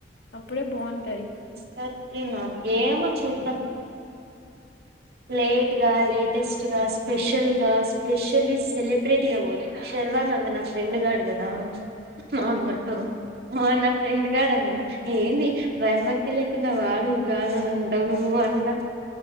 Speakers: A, on the left (about 80°); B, on the right (about 60°).
A: అప్పుడే బోన్ టాది
B: తెచ్చిన ఏమో చూద్దాం లేట్ గా, లేటెస్ట్ గా స్పెషల్ గా స్పెషల్లీ సెలబ్రిటీ గా పోత శర్వానంద్ నా ఫ్రెండ్ గాడు కదా. అమ! !!!!!!!!! నా ఫ్రెండ్గాన్నానా ఏంది మెడ నొప్పి లేకున్నా వాడు గాడుని అంటావు నువ్వు అంటా